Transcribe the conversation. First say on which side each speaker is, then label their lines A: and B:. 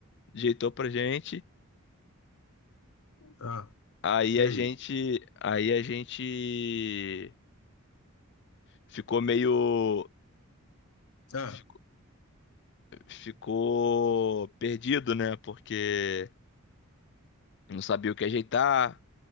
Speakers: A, on the left; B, on the left.
A: ajeitou pra gente.
B: Ah,
A: Aí
B: e
A: a
B: aí?
A: gente, aí a gente ficou meio
B: Ah,
A: ficou ficou perdido, né? Porque não sabia o que ajeitar,